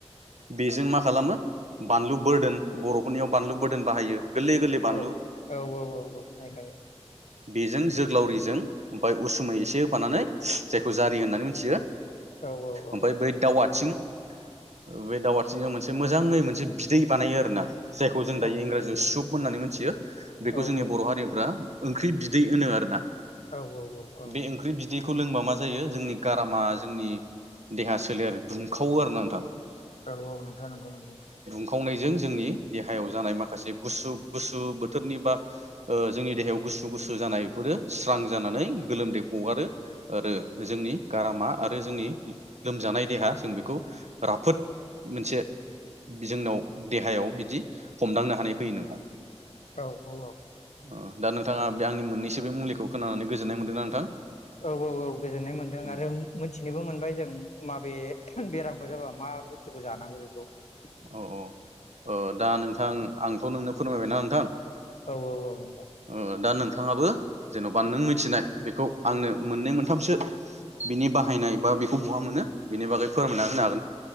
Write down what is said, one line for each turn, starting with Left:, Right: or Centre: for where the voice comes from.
Right: बेजों मा खालामो बानलु बोरदोन बर'फोरनियाव बानलु बोरदोन बाहायो। गोरलै गोरलै बानलु
Left: औ औ औ औ औ सिनायखायो।
Right: बेजों जोग्लावरिजों ओमफाय उसुमै एसे होफानानै जायखौ जारि होननानै मिथियो
Left: औ औ औ औ
Right: ओमफाय बै दाव आथिं ओ बे दाव आथिंजों मोनसे मोजाङै मोनसे बिदै बानायो ना जायखौ जों
Left: औ
Right: दायो इंराजियाव सुप होननानै मोनथियो
Left: औ
Right: बेखौ जोंनि बर' हारिनिफ्रा ओंख्रि बिदै होनो आरोना
Left: औ औ
Right: बे ओंख्रि बिद बिदैखौ लोंबा मा जायो जोंनि गारामा जोंनि देहा सोलेर दुंखावो आरो ना नोंथां।
Left: औ औ नोंथां नंगौ नंगौ।
Right: खावनायजों जोंनि देहायाव जानाय माखासे गुसु गुसु बोथोरनि बा ओ जोंनि देहायाव गुसु गुसु जानायफोरो स्रां जानानै गोलोमदै गगारो आरो जोंनि गारामा आरो जोंनि लोमजानाय देहा जों बेखौ राफोद मोनसे जोंनाव देहायाव बिदि हमदांनो हानाय फैयो नोंथां।
Left: औ औ औ
Right: अ दा नोंथाङा बे आंनि मोननैसो बे मुलिखौ खोनानानै गोज जोननाय मोनदों ना नोंथां?
Left: औ औ औ गोजोननाय मोन्दों
Right: उम
Left: आरो मिथिनोबो मोनबाय जों माबे <unintelligible> बेरामखौ जाबा मा बुस्थुखौ जानांगौ बेख औ
Right: अ अ ओ दा ओ नोंथां आंथ' नोंनो फोरमायबायना थां
Left: औ औ औ नों
Right: औ दा नों थाङाबो जेन'बा नों मिथिनाय बेखौ आंनो मोननै मोनथामसो बिनि बाहायनाय बा बिखौ बहा मोनो बेनि बागै फोरमायना होनो हाग